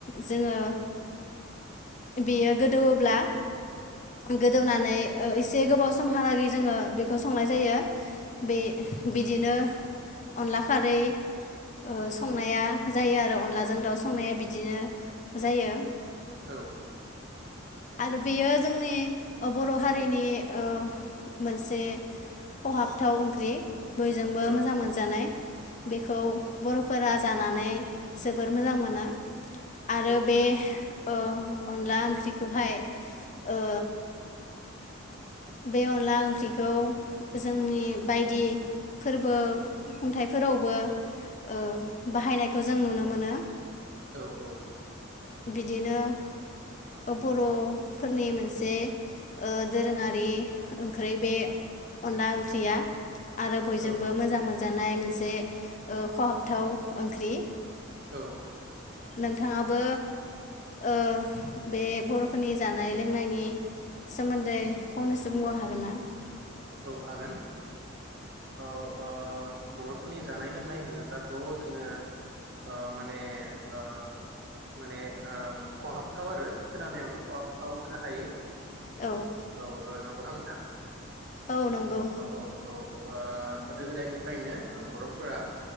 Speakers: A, on the left (about 35°); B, on the right (about 50°).
A: जोङो बेयो गोदौवोब्ला गोदौनानै ओ एसे गोबाव समहालागै जोङो बेखौ संनाय जायो। बे बिदिनो अनला खारै ओ संनाया जायो आरो अनलाजों दाउजों संनाया बिदिनो जायो।
B: औ
A: आरो बेयो जोंनि ओ बर' हारिनि ओ मोनसे खहाबथाव ओंख्रि बयजोंबो मोजां
B: औ
A: मोनजानाय बेखौ बर' फोरा जानानै जोबोर मोजां मोनो आरो
B: औ मोनो
A: बे ओ अनला ओंख्रि खौहाय ओ बे अनला ओंख्रिखौ जोंनि बायदि फोरबो खुंथाइफोरावबो ओ बाहायनायखौ जों नुनो मोनो।
B: औ औ
A: बिदिनो बर'फोरनि मोनसे ओ दोरोङा रि ओंख्रि बे अनला ओंख्रिया आरो बयजोंबो
B: औ
A: मोजां मोन जानाय मोनसे ओ खहाबथाव ओंख्रि।
B: औ
A: नोंथाङाबो ओ बे बर'फोरनि जानाय लोंनायनि सोमोन्दै फंनैसो बुंबावनो हागोन ना?
B: औ हागोन। औ ओ बर'फोरनि जानाय लोंनाय होनोब्लाथ' जोङो ओ माने ओ माने ओ खहाबथाव आरो खोनानायावनो खहाबथाव खोनाखायो
A: औ
B: औ ओ नंगौना नोंथां?
A: औ नंगौ
B: औ औ औ ओ गोदो गोदायनिफ्रायनो बर'फोरा